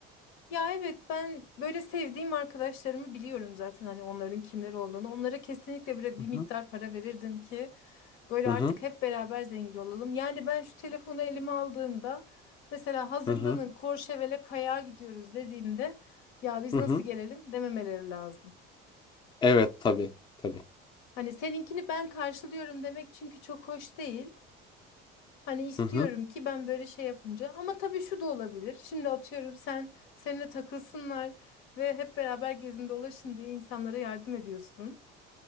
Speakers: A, on the left; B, on the left.
A: Ya evet ben böyle sevdiğim arkadaşlarımı biliyorum zaten hani onların kimler olduğunu. Onlara kesinlikle bir,
B: Hı
A: bir miktar
B: hı,
A: para verirdim ki Böyle
B: hı hı,
A: artık hep beraber zengin olalım. Yani ben şu telefonu elime aldığımda mesela hazırlanın
B: hı hı.
A: Courchevel'e kayağa gidiyoruz dediğimde ya biz
B: hı
A: nasıl
B: hı.
A: gelelim dememeleri lazım.
B: Evet, tabii, tabii.
A: Hani seninkini ben karşılıyorum demek çünkü çok hoş değil. Hani istiyorum
B: Hı hı,
A: ki ben böyle şey yapınca ama tabii şu da olabilir. Şimdi atıyorum sen seninle takılsınlar ve hep beraber gezin dolaşın diye insanlara yardım ediyorsun.